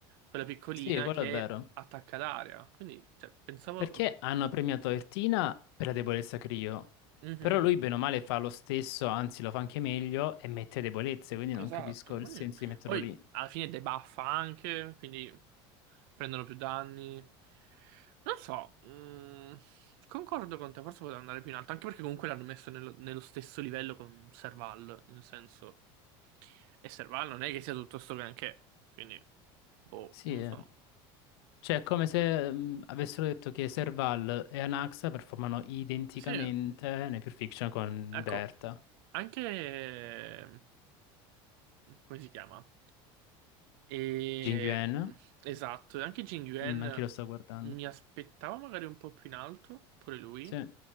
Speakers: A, on the right; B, on the left.
A: quella piccolina
B: Sì, quello
A: che
B: è vero.
A: attacca d'aria. Quindi cioè, pensavo...
B: Perché hanno premiato Ertina per la debolezza Crio,
A: Mhm,
B: però lui bene o male fa lo stesso, anzi lo fa anche meglio e mette debolezze, quindi non
A: esatto,
B: capisco il
A: quindi
B: senso di metterlo
A: poi
B: lì.
A: alla fine debuffa anche, quindi... prendono più danni. Non so, mm, concordo con te, forse poteva andare più in alto, anche perché comunque l'hanno messo nello, nello stesso livello con Serval, nel senso, e Serval non è che sia tutto sto granché, quindi, boh,
B: Sì,
A: non
B: eh.
A: so.
B: cioè è come se mh, avessero detto che Serval e Anaxa performano identicamente
A: Sì,
B: nei Pulp Fiction con
A: ecco,
B: Derta.
A: Anche, ehm, come si chiama? E,
B: Jing Yuan,
A: esatto, e anche Jin Yuan
B: mm, anche io lo sto guardando.
A: mi aspettavo magari un po' più in alto, pure lui.
B: Sì.